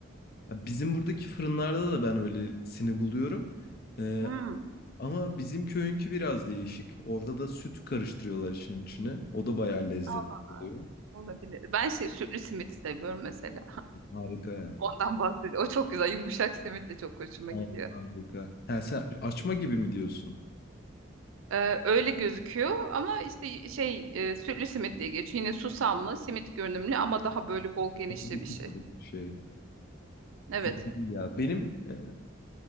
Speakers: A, on the left; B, on the right.
A: bizim buradaki fırınlarda da ben öylesini buluyorum. E,
B: Hmm.
A: ama bizim köyünkü biraz değişik. Orada da süt karıştırıyorlar işin içine. O da bayağı lezzetli
B: Allah Allah.
A: oluyor.
B: Olabilir. Ben şey sütlü simit seviyorum mesela.
A: Harika ya.
B: Ondan bahsediyorum. O çok güzel. Yumuşak simit de çok hoşuma
A: Harika.
B: gidiyor.
A: harika. Yani sen açma gibi mi diyorsun?
B: Ee, öyle gözüküyor ama işte şey e, sütlü simit diye geçiyor. Yine susamlı simit görünümlü ama daha böyle bol genişli
A: Okuduk
B: bir şey.
A: okuduk bir şey.
B: Evet,
A: Güzel ya. Benim e,